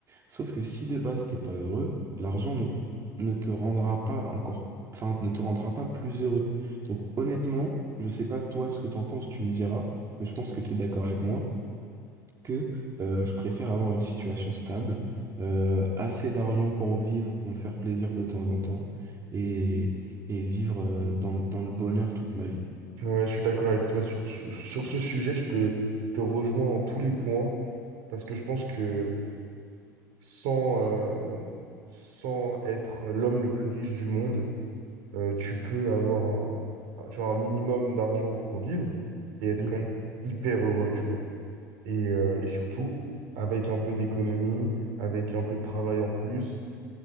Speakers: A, on the right (about 30°); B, on the right (about 55°).
A: Sauf que si de base t'es pas heureux, l'argent ne, ne te rendra pas encore, enfin, ne te rendra pas plus heureux. Donc honnêtement, je sais pas toi ce que t'en penses, tu me diras, mais je pense que t'es d'accord avec moi que euh, je préfère avoir une situation stable, euh, assez d'argent pour vivre, pour me faire plaisir de temps en temps, et, et vivre euh, dans, dans le bonheur toute ma vie.
B: Ouais, je suis d'accord avec toi sur, sur, sur ce sujet, je te, je te rejoins en tous les points, parce que je pense que sans, euh, sans être l'homme le plus riche du monde, Euh, tu peux avoir un, tu vois, un minimum d'argent pour vivre et être
A: Mhm.
B: quand même hyper heureux, tu vois. Et, euh, et surtout, avec un peu d'économie, avec un peu de travail en plus,